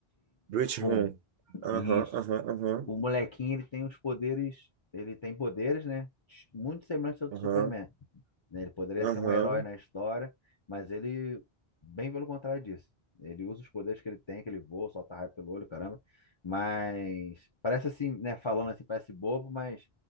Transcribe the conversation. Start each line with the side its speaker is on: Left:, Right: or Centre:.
Right: Bridge Room.
Left: Home.
Right: Aham,
Left: Isso.
Right: aham, aham.
Left: O molequinho, ele tem os poderes, ele tem poderes, né? Muito semelhante ao do
Right: Aham,
Left: Superman, né? Ele poderia
Right: aham.
Left: ser um herói na história, mas ele, bem pelo contrário disso. Ele usa os poderes que ele tem, que ele voa, solta raio pelo olho, caramba. Mas parece assim, né? Falando assim, parece bobo, mas